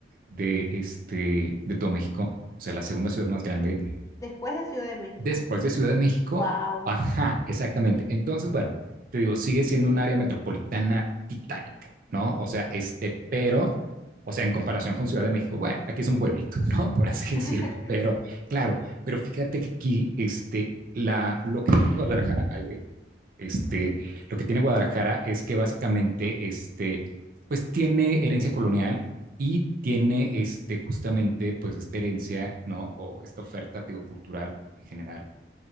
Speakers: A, on the right (about 50°); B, on the left (about 15°).
A: de, este, de todo México, o sea, la segunda ciudad más grande
B: Después de Ciudad de México.
A: después de Ciudad de México.
B: Wow.
A: Ajá, exactamente. Entonces, bueno, te digo, sigue siendo un área metropolitana titánica, ¿no? O sea, este, pero, o sea, en comparación con Ciudad de México, bueno, aquí es un pueblito, <laughs> ¿no? Por así
B: <laughs>
A: decirlo, pero claro, pero fíjate que aquí, este, la, lo que es Guadalajara, ay, güey, este, lo que tiene Guadalajara es que básicamente, este, pues tiene herencia colonial y tiene, este, justamente, pues esta herencia, ¿no? O esta oferta, teocultural en general.